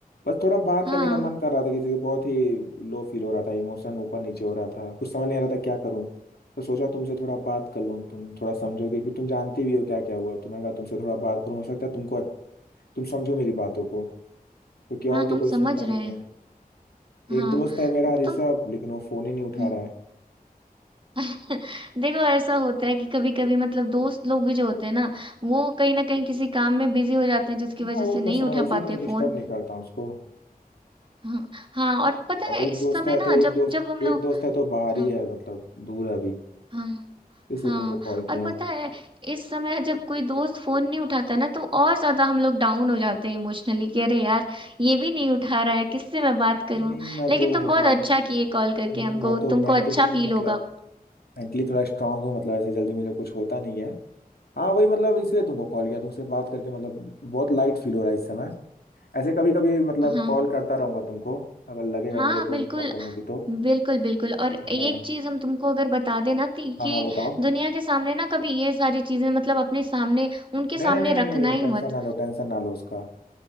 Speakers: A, on the left; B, on the right.
A: बस थोड़ा बात
B: हाँ
A: करने का मन कर रहा था किसी से बहुत ही लो फील हो रहा था इमोशन ऊपर नीचे हो रहा था कुछ समझ नहीं आ रहा था क्या करूं तो सोचा तुमसे थोड़ा बात कर लूं तुम थोड़ा समझोगे कि तुम जानती भी हो क्या क्या हुआ तो मैं कहा तुमसे थोड़ा बात करूं हो सकता है तुमको तुम समझो मेरी बातों को क्योंकि और
B: हाँ हम
A: तो कोई
B: समझ
A: सुनता
B: रहे
A: नहीं
B: हैं
A: है
B: हाँ
A: एक दोस्त है मेरा ऋषभ
B: तुम
A: लेकिन वो फोन ही नहीं उठा
B: हम्म,
A: रहा है
B: <laughs> देखो ऐसा होता है कि कभी कभी मतलब दोस्त लोग भी जो होते हैं ना वो कहीं ना कहीं किसी काम में बिजी हो जाते हैं जिसकी वजह
A: हाँ वो
B: से
A: तो मैं
B: नहीं
A: समझ
B: उठा
A: इसलिए
B: पाते
A: तो मैं डिस्टर्ब
B: फोन
A: नहीं करता हूँ उसको
B: हाँ हाँ और पता
A: और
B: है
A: एक
B: इस
A: दोस्त
B: समय
A: है
B: ना
A: तो एक
B: जब
A: दोस्त
B: जब हम लोग
A: एक दोस्त है तो बाहर ही
B: हाँ
A: है मतलब दूर है अभी
B: हाँ
A: इसलिए
B: हाँ
A: तुमको कॉल किया
B: और पता है इस समय जब कोई दोस्त फोन नहीं उठाता ना तो और ज्यादा हम लोग डाउन हो जाते हैं इमोशनली कि अरे यार ये भी नहीं उठा रहा है किससे मैं बात करूं
A: नहीं नहीं मैं
B: लेकिन
A: तो
B: तुम
A: मतलब
B: बहुत अच्छा किए कॉल करके
A: नहीं नहीं
B: हमको
A: मैं तो
B: तुमको
A: मेंटली
B: अच्छा फील
A: मतलब
B: होगा
A: मेंटली थोड़ा स्ट्रांग हूँ मतलब ऐसे जल्दी मुझे कुछ होता नहीं है हाँ वही मतलब इसलिए तुमको कॉल किया तुमसे बात करके मतलब बहुत लाइट फील हो रहा है इस समय ऐसे कभी कभी मतलब
B: हाँ
A: कॉल करता रहूंगा तुमको अगर लगेगा
B: हाँ
A: मुझे कोई
B: बिल्कुल
A: प्रॉब्लम होगी तो
B: बिल्कुल बिल्कुल और एक
A: हाँ
B: चीज हम तुमको अगर बता देना थी
A: हाँ
B: कि
A: हाँ बताओ
B: दुनिया के सामने ना कभी ये सारी चीजें मतलब अपने सामने उनके
A: नहीं
B: सामने
A: नहीं नहीं
B: रखना
A: नहीं नहीं
B: ही
A: टेंशन
B: मत
A: ना लो टेंशन ना लो उसका